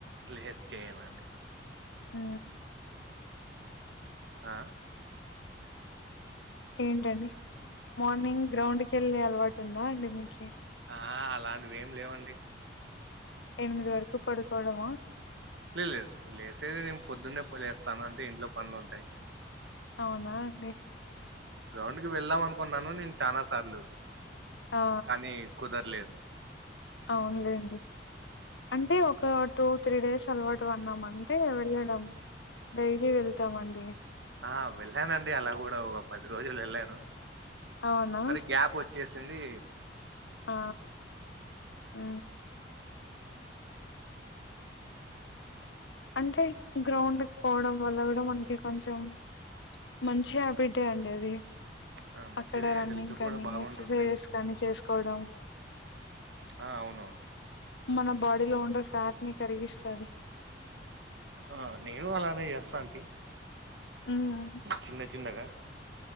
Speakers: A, on the right (about 80°); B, on the left (about 85°).
A: లేదు చేయనండి
B: హ
A: అ
B: ఏంటండి మార్నింగ్ గ్రౌండ్ కెళ్ళి అలవాటు ఉందా అండి మీకి
A: ఆ అలాంటివి ఏం లేవండి
B: ఎనిమిది వరకు పొడుకోడమా
A: లే లేదు లేసేది నేను పొద్దున్నే లేస్తాను అంటే ఇంట్లో పన్నలుంటాయి
B: అవునా అండి
A: గ్రౌండ్కి వెళ్ళాం అనుకున్నాను నేను చాలా సార్లు
B: ఆ!
A: కానీ కుదరలేదు
B: అవున్లేండి అంటే ఒక టూ త్రీ డేస్ అలవాటు పాడ్నం అంటే వెళ్ళడం డైలీ వెళ్తామండి
A: ఆ వెళ్ళానండి అలా కూడా ఒక పది రోజులు వెళ్ళాను
B: అవునా?
A: మరి గ్యాప్ వచ్చి చేసింది
B: ఆ మ్ అంటే గ్రౌండ్కి పోవడం వల్ల కూడా మనకి కొంచెం మంచి హ్యాపిటే అండి అది
A: ఆ మంచిదే
B: అక్కడ రన్నింగ్
A: హెల్త్
B: కానీ
A: కూడా బాగుంటుంది
B: ఎక్సర్సైజెస్ పని చేసుకోడం
A: ఆ ఔను
B: మన బాడీలో ఉండే ఫ్యాట్ని కరిగిస్తది
A: ఆ నేను అలానే చేస్తా అంటి.
B: హ్మ్.
A: చిన్న చిన్నగా.